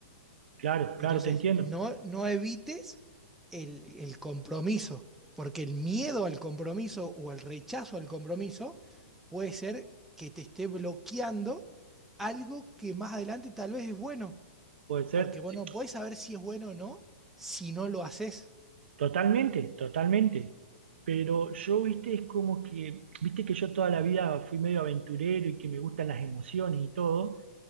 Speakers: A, on the right (about 55°); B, in the centre.
A: Claro,
B: Entonces,
A: claro, te entiendo.
B: no, no evites el, el compromiso, porque el miedo al compromiso o el rechazo al compromiso puede ser que te esté bloqueando algo que más adelante tal vez es bueno,
A: Puede ser,
B: porque vos
A: sí.
B: no podés saber si es bueno o no si no lo haces.
A: Totalmente, totalmente. Pero yo, viste, es como que, viste que yo toda la vida fui medio aventurero y que me gustan las emociones y todo.